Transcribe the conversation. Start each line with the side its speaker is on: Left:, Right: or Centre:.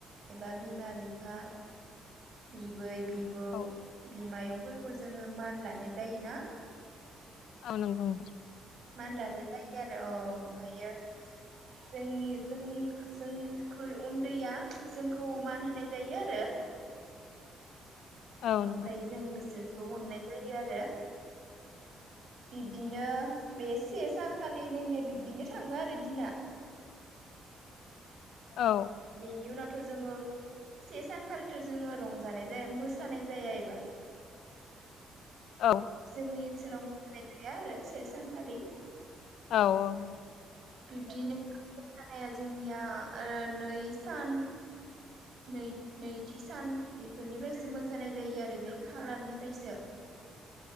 Right: एबा बिमा बिफा बिबै बिबौ
Left: औ
Right: बिमायं फोर जोङो मान लानाय जायोना
Left: औ नंगौ
Right: मान लानाय जायो आरो अ ओमफ्रायो जोंनि जोंनि जोंनिख्रुइ उन्दैया जोंखौ मान होनाय जायो आरो
Left: औ
Right: ओमफ्राय
Left: नंगौ
Right: जों बिसोर बेखौ अननाय जायो आरो बिब्दिनो बे से सानखालि जोंनिया बिब्दिनो थाङो आरो दिना
Left: औ
Right: बेनि उनानो थ जोङो से सानखालिथ' जोङो रंजानाय जाया मोसानाय जाया एबा
Left: औ
Right: जोंनि ओनसोलाव मोस'नाय थाया आरो से सानखालि
Left: औ औ
Right: बिब्दिनो मोसानाया जोंनिया ओ नै सान नै नैथि सान बेफोरनिफ्रायसो मोसानाय जायो आरो नै खालारनिफ्रायसो